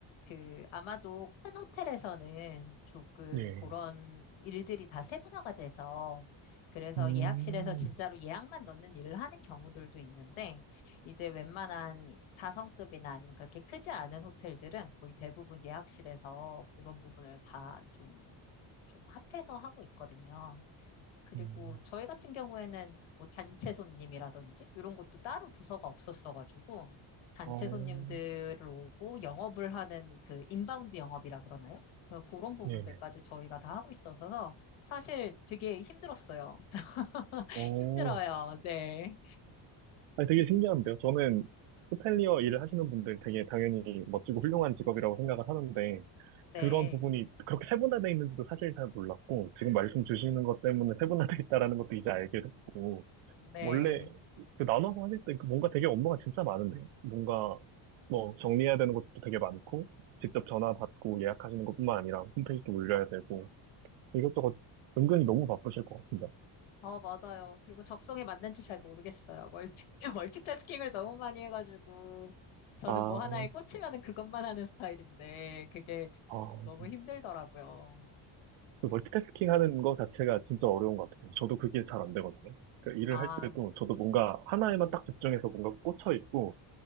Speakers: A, on the left; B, on the right.
A: 그 아마도 큰 호텔에서는 조금
B: 네.
A: 그런 일들이 다 세분화가 돼서 그래서
B: 음,
A: 예약실에서 진짜로 예약만 넣는 일을 하는 경우들도 있는데 이제 웬만한 4성급이나 아니면 그렇게 크지 않은 호텔들은 거의 대부분 예약실에서 그런 부분을 다 좀 좀 합해서 하고 있거든요. 그리고
B: 음,
A: 저희 같은 경우에는 뭐 단체 손님이라든지 이런 것도 따로 부서가 없었어가지고 단체
B: 어,
A: 손님들을 오고 영업을 하는 그 인바운드 영업이라 그러나요? 그 그런 부분들까지
B: 네.
A: 저희가 다 하고 있어서 사실 되게 힘들었어요. <laughs>
B: 어,
A: 힘들어요. 네.
B: 아니, 되게 신기한데요. 저는 호텔리어 일을 하시는 분들 되게 당연히 멋지고 훌륭한 직업이라고 생각을 하는데
A: 네.
B: 그런 부분이 그렇게 세분화돼 있는지도 사실 잘 몰랐고 지금 말씀 주시는 것 때문에 세분화돼 있다라는 것도 이제 알게 됐고
A: 네.
B: 원래 그 나눠서 하실 때그 뭔가 되게 업무가 진짜 많은데 뭔가 뭐 정리해야 되는 것도 되게 많고 직접 전화 받고 예약하시는 것뿐만 아니라 홈페이지도 올려야 되고 이것저것 은근히 너무 바쁘실 것 같습니다.
A: 어, 맞아요. 그리고 적성에 맞는지 잘 모르겠어요. 멀티, <laughs> 멀티태스킹을 너무 많이 해가지고 저는
B: 아,
A: 뭐 하나에 꽂히면은 그것만 하는 스타일인데 그게
B: 아.
A: 좀 너무 힘들더라고요.
B: 그 멀티태스킹 하는 거 자체가 진짜 어려운 것 같아요. 저도 그게 잘 안 되거든요. 그 일을
A: 아.
B: 할 때도 저도 뭔가 하나에만 딱 집중해서 뭔가 꽂혀 있고,